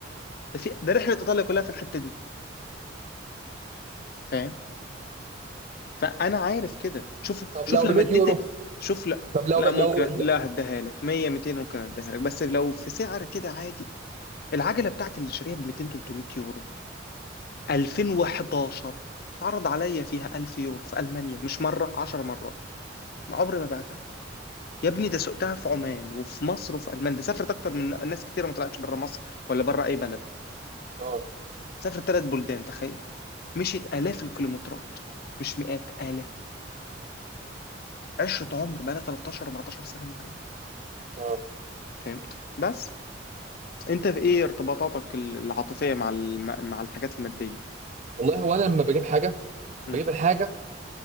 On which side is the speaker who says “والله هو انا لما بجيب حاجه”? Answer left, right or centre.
Right